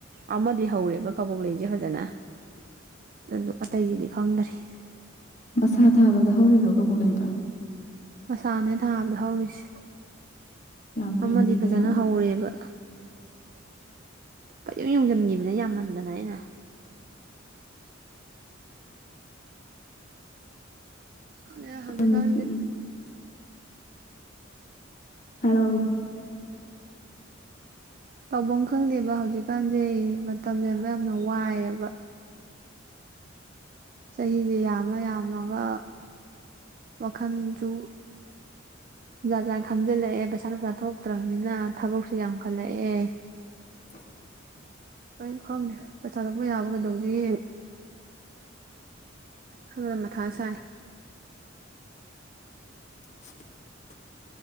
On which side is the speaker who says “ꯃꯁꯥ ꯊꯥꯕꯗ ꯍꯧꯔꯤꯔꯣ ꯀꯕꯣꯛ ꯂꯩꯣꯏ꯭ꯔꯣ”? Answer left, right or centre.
Left